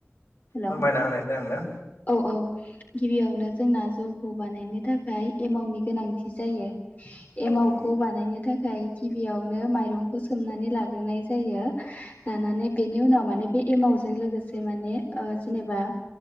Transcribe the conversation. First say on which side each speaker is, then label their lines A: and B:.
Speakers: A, on the left; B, on the left.
A: हेलौ
B: फोरमायना होनायसै आंनो
A: औ औ गिबियावनो जोंना जौखौ बानायनो थाखाय एमावनि गोनांथि जायो।
B: औ
A: एमाव
B: नों
A: खौ बानायनो थाखाय खाय गिबियावनो माइरंखौ सोमनानै लाग्रोनाय जायो लानानै बेनि उनाव माने बे एमावजों लोगोसे माने ओ जेनेबा